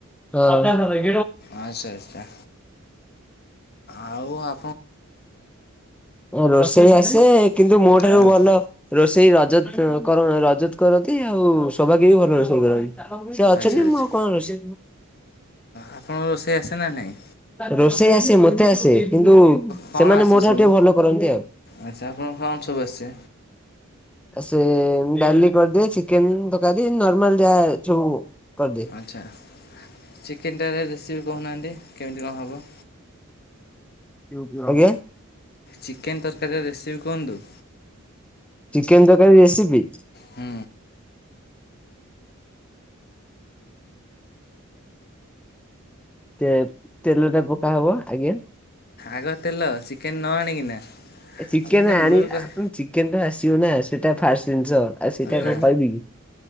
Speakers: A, in the centre; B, on the left.
A: ସଧ୍ୟା
B: ଆଚଛା ଆଚ୍ଛା ଆଉ ଆ
A: ରୋଷେଇ ଆସେ କିନ୍ତୁ ମୋ ଠାରୁ
B: ହଁ
A: ଭଲ ରୋଷେଇ ରଜତ କର ରଜତ କରନ୍ତି ଆଉ ସୋଭାଗ୍ୟ ବି ଭଲ ରୋଷେଇ କରନ୍ତି। ଆଉ ସେ ଅଛନ୍ତି
B: ଆଚ୍ଛା ଆଚ୍ଛା
A: ମୁଁ ଆଉ କଣ ରୋଷଇ
B: ଆପଣଙ୍କୁ ରୋଷେଇ ଆସେ ନା ନାହିଁ
A: ରୋଷେଇ ଆସେ ମତେ ଆସେ କିନ୍ତୁ
B: କଣ
A: ସେମାନେ
B: ଆସେ
A: ମୋ ଠାରୁ
B: ସବୁ
A: ଟିକେ ଭଲ କରନ୍ତି ଆଉ।
B: ଆଚ୍ଛା ଆପଣଙ୍କ କଣ ସବୁ ଆସେ?
A: ଆ ସେ ଡାଲି କରିଦିଏ ଚିକେନ ତରକାରୀ ନର୍ମାଲ ଯାହା ସବୁ କରିଦିଏ।
B: ଆଚ୍ଛା ଚିକେନ ଟା ରେ ରେସିପି କହୁନାହାନ୍ତି କେମିତି କଣ ହବ?
A: <unintelligible>
B: ଚିକେନ ତରକାରୀର ରେସିପି କୁହନ୍ତୁ?
A: ଚିକେନ ତରକାରୀ ରେସିପି।
B: ହୁଁ।
A: ତେ ତେଲଟା ପକା ହବ ଆଜ୍ଞା।
B: ଆଗ ତେଲ ଚିକେନ୍ ନ ଆଣିକିନା?
A: ଏ ଚିକେନ୍
B: ଆପଣ ଟିକେ
A: ଆଣି
B: ମୂଳରୁ କହି
A: ଆ ଚିକେନ୍ ତ ଆସିବନା ସେଟା ଫାଷ୍ଟ ଜିନିଷ। ଆଉ ସେଇଟା
B: ହଁ-ହଁ
A: କଣ କହିବି କି?